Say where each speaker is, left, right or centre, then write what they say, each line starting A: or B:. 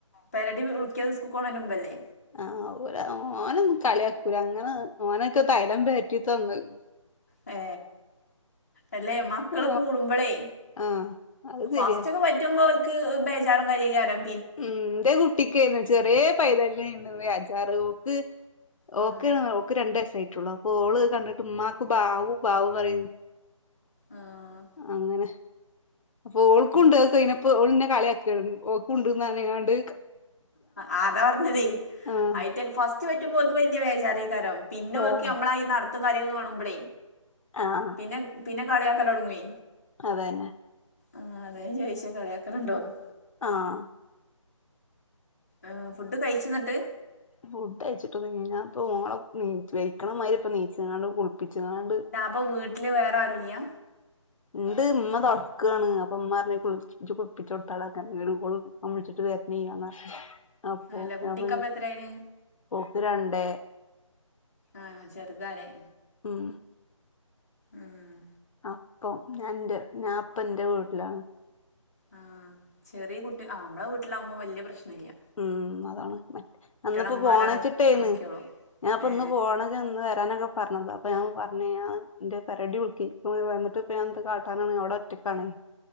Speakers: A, on the left; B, on the left.
A: പരടി ഉളക്കിയത് സ്ക്കോണ വരുമ്പല്ലേ
B: ആഹ് ഓ ഓനൊ കളിയാക്കൂല അങ്ങനെ ഓനൊക്കെ തൈലം പൊതി തന്ന്
A: ഏ അല്ലെ മക്കള്
B: ഓ
A: കൂടുമ്പോളേ
B: ആ അത്
A: ഫസ്റ്റ്
B: ശരിയാ
A: ഒക്കെ പറ്റുമ്പോ ക്ക് ബേജറും കാര്യകാരം
B: ഉം എന്റെ കുട്ടിക്കായിരുന്നു ചെറിയ പൈതല്ല പോ അജാറ് ഓക്ക്
A: ആഹ്
B: ഓക്ക രണ്ട വയസായിട്ടുള്ളു അപ്പൊ ഓള് കണ്ടിട്ട് ഉമ്മാക്ക് ബാവു ബാവന്ന് പറ
A: ആഹ്
B: അങ്ങനെ അപ്പൊ ഓൾക്കുംണ്ട്
A: ആഹ്
B: കേക്ക ഇനിപ്പോ ഓളെ കളയാക്കി ഓ കൊണ്ടന്നാനെങ്ങാണ്ട്
A: ആ അതാ പറഞ്ഞതേ
B: ആഹ്
A: ആയിട്ട് ഫസ്റ്റ് പറ്റുമ്പോൾക്ക് വന്യ വേജറിയ കാരോ പിന്നോക്കി
B: ആഹ്
A: നമ്മള നടത്തും കാര്യങ്ങളും വന്നപ്പളേ
B: ആഹ
A: പിന്നെ പിന്നെ കളിയാക്കൽ തുടങ്ങേ
B: അതെന്നെ
A: ആഹ അത ചോദിച്ച കളിയാക്കലുണ്ടോന്ന്
B: ആഹ
A: ആ ഫുഡ് കഴിച്ചുന്നിട്ട്
B: ഫുഡ് അയച്ചിട്ട്ഞാൻ ഇപ്പ ഓളെ വഴിക്കണമാതിരി ഇപ്പ നീച്ചാണ്ട് കുളിപ്പിച്ചതാണ്ട്
A: പ്പോ വീട്ട്ല് വേറെ ആരുല്ല്യാ?
B: ഇണ്ട് ഉമ്മ തൊടക്ക്യാണ് അപ്പൊ ഉമ്മപറഞ്ഞ് കുളിപ്പിച്ച് ഇജ്ജ്‌ കുളിപ്പിച്ച് കൊട് താള <unintelligible> അവൻ വിളിച്ചിട്ട് വെര്നീയാന്നർഞ് അപ്പൊ
A: അല്ല കുട്ടിക്കപ്പ
B: ഞാൻ പറഞ്
A: എത്രയായിന്
B: പോക്ക് രണ്ടേ
A: ആഹ് ചെറ്താലേ.
B: ഉം
A: ആഹ്
B: അപ്പം ഞാന്റെ ഞാ ഇപ്പെൻ്റെ വീട്ട്ലാണ്..
A: ആഹ് ചെറിയ കുട്ടി ആഹ് ഞമ്മളെ വീട്ട്ലാവ്മ്പോ വല്ല്യപ്രശ്നല്ല്യാ.
B: ഉം അതാണ് മറ്റ അന്നിപ്പോ
A: അമ്മമാരാണ്
B: പോണ ചിട്ടേന്ന്
A: നോക്കിയോളൂ
B: ഞാൻ ഇപ്പം
A: ഏ
B: ഇന്ന് പോണേ ഇന്ന് വരാനൊക്കെ പറഞ്ഞതാ അപ്പം ഞാൻ പറഞ്ഞി ഞാ ഇൻ്റെ പെരടി ഉൾക്കി വന്നിട്ട് ഇപ്പൊ ഞാൻ എന്ത് കാട്ടാനാണ് അവടെ റ്റ ക്കണേ